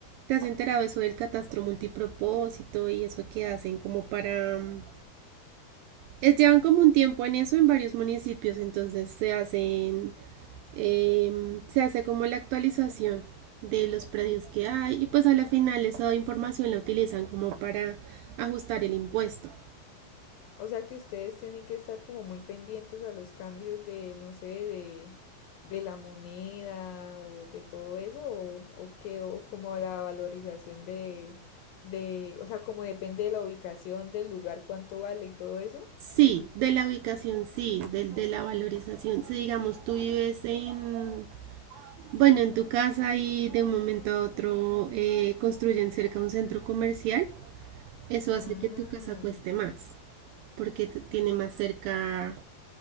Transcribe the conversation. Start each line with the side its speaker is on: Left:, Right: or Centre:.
Right: te has enterado eso del catastro multipropósito y eso que hacen como para... mm, Es, llevan como un tiempo en eso en varios municipios, entonces se hacen eh, se hace como la actualización de los predios que hay y pues a la final esa información la utilizan como para ajustar el impuesto.
Left: O sea que ustedes tienen que estar como muy pendientes a los cambios de, no sé, de, de la moneda o de todo eso, o, o qué, o como la valorización de, de, o sea, como depende de la ubicación del lugar, cuánto vale y todo eso.
Right: Sí, de la ubicación sí, del de la valorización. Si digamos tú vives en, bueno, en tu casa y de un momento a otro eh, construyen cerca un centro comercial, eso
Left: Ah.
Right: hace que tu casa cueste más, porque t- tiene más cerca